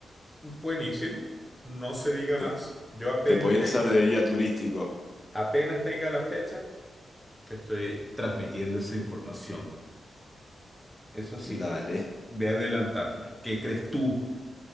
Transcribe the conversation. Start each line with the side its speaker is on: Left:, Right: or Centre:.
Centre: Buenísimo, no se diga
Left: te,
Centre: más. Yo apenas
Left: te podía
Centre: tenga,
Left: hacer de guía turístico.
Centre: apenas tenga la fecha, te estoy transmitiendo esa información. Eso sí,
Left: Dale.
Centre: ve adelantándome. ¿Qué crees tú